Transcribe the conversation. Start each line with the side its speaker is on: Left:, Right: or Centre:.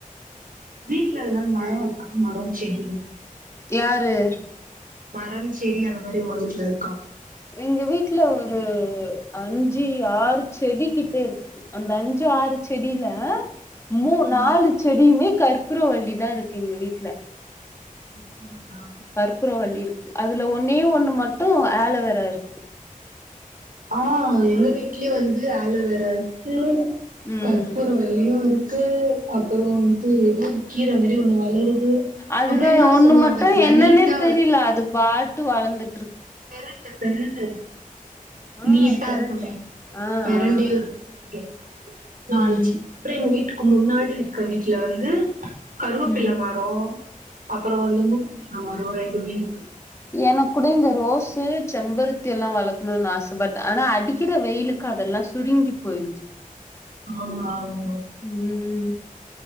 Right: வீட்ல இனாது மரம் இருகா மரம் செடி
Left: யாரு
Right: மரம் செடி அந்த மாரி உங்க வீட்டுல இருக்கா
Left: எங்க வீட்டுல ஒரு அஞ்சு ஆறு செடி கிட்டயிருக்கு அந்த அஞ்சு ஆறு செடியில மூ நாலு
Right: ம்
Left: செடியுமே கற் பூரவள்ளிதாயிருக்கு எங்க வீட்டுல
Right: அப்டியா
Left: கற்பூறவள்ளியிருக்கு அதுல ஒன்னே ஒண்ணு மட்டோம் ஆலோவேராயிருக்கு
Right: ஆஹ் எங்க வீட்லயே வந் து ஆலோவேராயிருக்கு
Left: ம்
Right: கற்பூரவள்ளியோயிருக்கு சே அப்புறோ வந்து எதோ ஒரு கீர மாரி செடி ஒன்னு வளருது
Left: அதுதா
Right: அப்புறோ இன்னொன்னு
Left: ஒண்ணு
Right: சொல்லுவாங்க
Left: மட்டும்
Right: பாத்தீங்களா
Left: என்னன்னே
Right: நீட்டா
Left: தெரியில அது பாட்டு வளர்ந்து
Right: வெரண்டு தருசென்ஸ்
Left: ஆ
Right: நீட்டாயிருக்குமே
Left: பெரண்ட ஆ
Right: பரண்டே
Left: ஆ
Right: இருக்கு நாளாச்சு
Left: ம்
Right: அப்பறோ எங்க வீட் டுக்கு முன்னாடியிருக்க வீட்டுல வந்து கருவேப்புள்ள
Left: ம்
Right: மரோ அப்பறோ வந்து முருங்கீர மரோ ரெண்டுமேயிருக்கு
Left: எனக்கூட இங்க ரோஸு செம்பருத்தியெல்லா வளர்க்கணோம்னு ஆச பட் ஆனா அடிக்குற வெயிலுக்கு அதெல்லா சுருங்கி போயிடுது
Right: ஆமாமா
Left: ம்